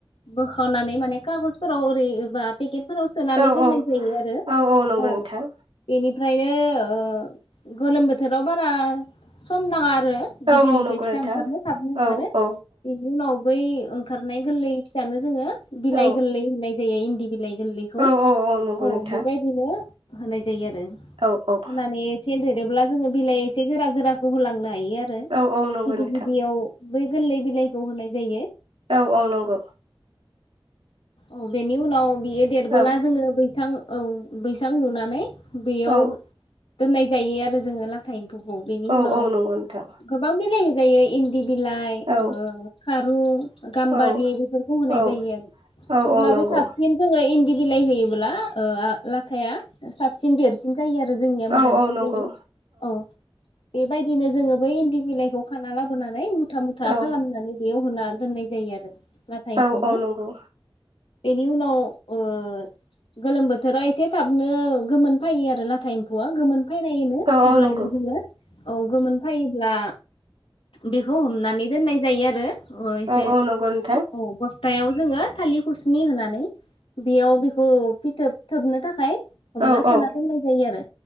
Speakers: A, on the left (about 75°); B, on the right (about 85°).
A: बोखा खननानै माने कागजफोराव ओरैबा पेकेट। फोराव सोनानै
B: औ
A: दोननाय जायो आरो
B: औ नंगौ
A: औ
B: नोंथां
A: बेनि ओमफ्रायनो ओ गोलोम बोथोराव। बारा सम नाङा आ आरो बिदैनिफ्राय
B: औ औ नंगौ
A: फिसा
B: नोंथां
A: ओंखारनो थाबनो ओंखारो
B: औ औ
A: बेनि उनाव। बै ओंखारनाय गोरलै फिसानो जोङो बिलाइ
B: औ
A: गोरलै होनाय। जेरै इन्दि। बिलाइ गोरलैखौ
B: औ नंगौ
A: औ
B: नोंथां
A: बेबायदिनो। होनाय। जायो आरो
B: औ औ
A: होनानै एसे। देरब्ला जोङो। बिलाइ एसे गोरा गोराखौ होलाङो। लायो आरो
B: औ औ नंगौ
A: गिबि
B: नोंथां
A: गिबियाव। बै गोरलै बिलाइखौ होनाय जायो।
B: औ औ नंगौ।
A: औ बेेनि उनाव। बियो देरबोला
B: औ
A: जोङो बैसां। औ बैसां लुनानै। बेयाव।
B: औ
A: दोननाय जायो आरो जोङो। <unintelligible> <unintelligible> बेनि
B: औ
A: उनाव
B: औ नंगौ नोंथां
A: गोबां बिलाइ जायो इन्दि। बिलाइ
B: औ
A: ओ खा रु गाम्बारि
B: औ
A: बेफोरखौ होनाय
B: औ
A: जायो आरो
B: औ
A: थेवब्लाबो
B: औ नंगौ
A: साबसिन जोङो इन्दि। बिलाइ होयोबोला लाथाया साबसिन देरसिन जायो आरो जोंनिया मोजांसिन
B: औ औ नंगौ
A: जायो औ बेबायदिनो जोङो बै इन्दि बिलाइखौ खाना लाबोनानै मुथा मुथा
B: औ
A: खालामनानै बेयाव होनानै दोननाय जायो आरो नाथाय एम्फौनो
B: औ औ नंगौ
A: बेनि उनाव ओ गोलोम बोथोराव एसे थाबनो गोमोन फैयो आरो लाथा एम्फौआ गोमोन फैनाय
B: औ
A: अब्लानि
B: औ नंगौ
A: जोङो औ गोमोन फैयोब्ला बिखौ हमनानै दोननाय जायो आरो ओ एसे
B: औ औ नंगौ नोंथां
A: औ बस्थायाव जोङो थालि खुसनि होनानै बेयाव बेखौ फिथोब थोबनो थाखाय हमना
B: औ
A: सोना
B: औ
A: दोननाय जायो आरो